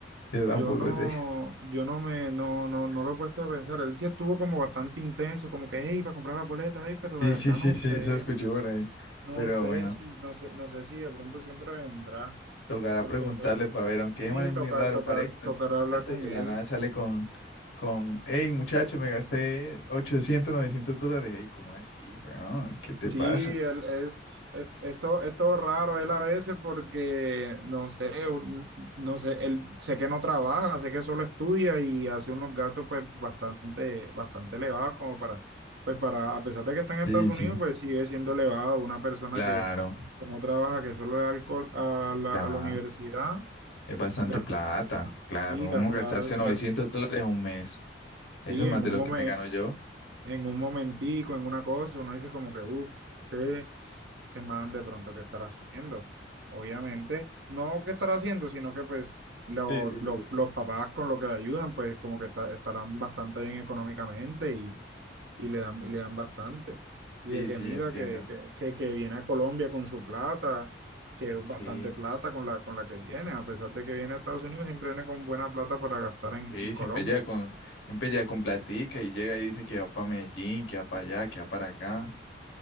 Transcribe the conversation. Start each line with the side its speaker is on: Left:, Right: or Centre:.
Left: Yo tampoco
Right: Yo no,
Left: sé.
Right: yo no me, no, no, no lo he puesto a pensar. Él sí estuvo como bastante intenso, como que, hey, para comprar la boleta, hey, pero la
Left: Sí,
Right: verdad
Left: sí, sí,
Right: no sé,
Left: sí, eso escuché por ahí.
Right: no
Left: Pero
Right: sé
Left: bueno.
Right: si, no sé, no sé si de pronto siempre vendrá,
Left: Tocará
Right: porque
Left: preguntarle
Right: pues,
Left: para ver, aunque
Right: y
Left: Eman es
Right: tocar,
Left: muy raro,
Right: tocar,
Left: parece que no
Right: tocar
Left: tiene
Right: hablar
Left: plata
Right: con
Left: y de
Right: él.
Left: la nada sale con, con, hey muchacho, me gasté 800, 900 dólares. Hey, ¿cómo así, weón? ¿Qué te
Right: Sí,
Left: pasa?
Right: él es, es, es todo, es todo raro él a veces porque, no sé, un- no sé, él sé que no trabaja, sé que solo estudia y hace unos gastos pues bastante, bastante elevados como para, pues para, a pesar de que está en Estados
Left: Sí,
Right: Unidos,
Left: sí.
Right: pues sigue siendo elevado una persona
Left: Claro,
Right: que, que no trabaja, que solo da alcohol a la,
Left: claro,
Right: a la universidad,
Left: es bastante
Right: gastar,
Left: plata, claro, uno
Right: gastar,
Left: gastarse 900
Right: gas-
Left: dólares un mes,
Right: sí,
Left: eso es más
Right: en
Left: de
Right: un
Left: lo
Right: momento,
Left: que me gano yo.
Right: en un momentico, en una cosa, uno dice como que, uff, te te man de pronto, ¿qué estará haciendo? Obviamente, no qué estará haciendo, sino que pues lo-
Left: Sí, sí, sí.
Right: lo- los papás con lo que le ayudan, pues como que está- estarán bastante bien económicamente y, y le dan, y le dan bastante. Y
Left: Sí,
Right: de que
Left: sí,
Right: mira,
Left: entiendo.
Right: que, que, que, que viene a Colombia con su plata, que es
Left: Sí,
Right: bastante plata con la, con la que viene, a pesar de que viene a Estados Unidos, siempre viene con buena plata para gastar en,
Left: sí,
Right: en Colombia.
Left: siempre llega con, siempre llega con platica y llega y dice que va para Medellín, que va para allá, que va para acá.